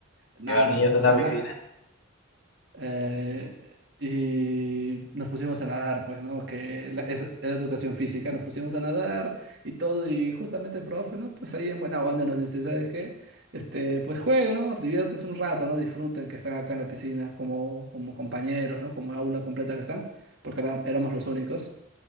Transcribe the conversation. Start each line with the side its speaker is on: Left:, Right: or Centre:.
Right: nada,
Left: llevar
Right: nos-
Left: niños a
Right: o
Left: una
Right: sea,
Left: piscina.
Right: nada. Eh, y nos pusimos a nadar, pues, ¿no? Que la- es- era educación física, nos pusimos a nadar y todo, y justamente el profe, ¿no? Pues ahí en buena onda nos dice, ¿sabes qué? Este, pues jueguen, ¿no? Diviértanse un rato, ¿no? Disfruten que están acá en la piscina como, como compañeros, ¿no? Como aula completa que están, porque eran- éramos los únicos.